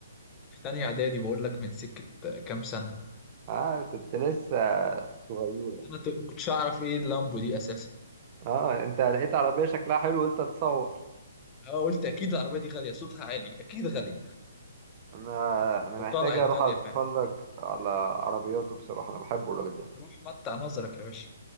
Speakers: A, on the left (about 20°); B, on the right (about 35°).
A: في تانية اعدادي بقول لك من سكه كام سنه
B: اه كنت لسه صغيره
A: انا ت- ما كنتش اعرف ايه اللامبو دي اساسا
B: اه انت لقيت عربيه شكلها حلو قلت اتصور
A: اه قلت اكيد العربيه دي غاليه صوتها عالي اكيد غاليه
B: انا انا
A: وطلعت
B: محتاج اروح
A: غاليه
B: اتفرج
A: فعلا
B: على عربياته بصراحه انا بحبه الراجل ده
A: روح متع نظرك يا باشا